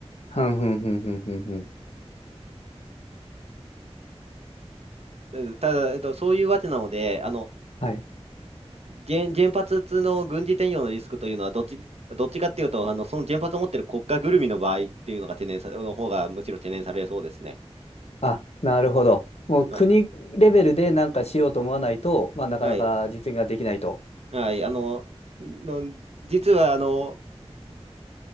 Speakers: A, on the left; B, on the right.
A: ふんふんふんふんふんふん。
B: うんただ、えっと、そういうわけなので、あの、
A: はい。
B: 原、原発の軍事転用のリスクというのは、どっち、どっちかっていうと、あの、その原発を持っている国家ぐるみの場合っていうのが懸念さ、の方がむしろ懸念されそうですね。
A: あ、なるほど。もう国レベルでなんかしようと思わないと、
B: はい。
A: まあ、なかなか実現ができないと。
B: はい。はい。あの、の、実は、あの、